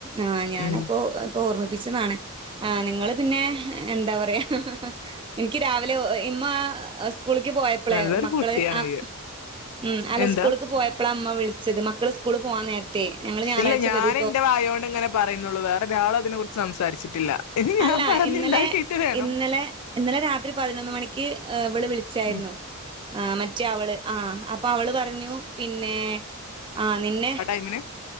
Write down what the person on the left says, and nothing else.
ഉം
നല്ലൊരു
കുട്ടിയാണ്
ഇയ്യ്.
എന്താ?
ഇല്ല ഞാന്
ന്റെ വായോണ്ട് ഇങ്ങനെ പറയുന്നൊള്ളൂ വേറൊ ഒരാളയിന കുറിച്ച് സംസാരിച്ചിട്ടില്ല എനി ഞാൻ
പറഞ്ഞുണ്ടാക്കിട്ട്
വേണം
ഉം
എങ്ങനെ